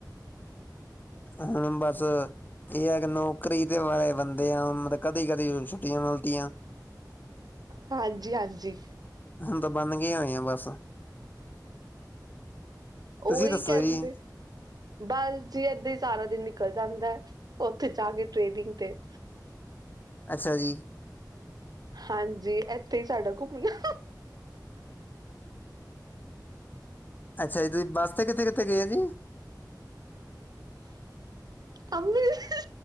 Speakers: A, on the left; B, on the right.
A: ਹੁਣ ਬਸ ਇਹ ਹੈ ਕਿ ਨੌਕਰੀ ਦੇ ਵਾਲੇ ਬੰਦੇ ਆ ਮਤਲਬ ਕਦੀ- ਕਦੀ ਹੁਣ ਛੂ- ਟੀਆਂ ਰੋਟੀਆਂ।
B: ਹਾਂਜੀ-ਹਾਂਜੀ।
A: ਹੁਣ ਤਾਂ ਬਣ ਗਏ ਹੋਈਆਂ ਬਸ।
B: ਉਹੀ
A: ਤੁਸੀਂ ਦੱਸੋ
B: ਕਹਿੰਦੇ
A: ਜੀ
B: ਬਸ ਜੀ ਏਦਾਂ ਹੀ ਸਾਰਾ ਦਿਨ। ਨਿਕਲ ਜਾਂਦਾ ਉੱਥੇ ਜਾ ਕੇ ਟ੍ਰੇਨਿੰਗ ਤੇ।
A: ਅੱਛਾ ਜੀ।
B: ਹਾਂਜੀ ਇੱਥੇ ਹੀ ਸਾਡਾ ਘੁੰਮਣਾ।
A: ਅੱਛਾ ਜੀ ਤੁਸੀਂ ਬੱਸ ਤੇ ਕਿਥੇ- ਕਿੱਥੇ ਗਏ ਹੈ ਸੀ।
B: ਅੰਮ੍ਰਿਤ-